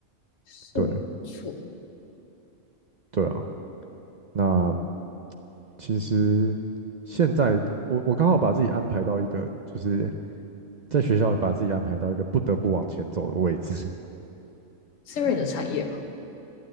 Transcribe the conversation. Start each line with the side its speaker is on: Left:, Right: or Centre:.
Left: 是没错，
Right: 对对啊，那其实现在我我刚好把自己安排到一个就是在学校把自己安排到一个不得不往前走的位置，
Left: 是因为你的产业嘛？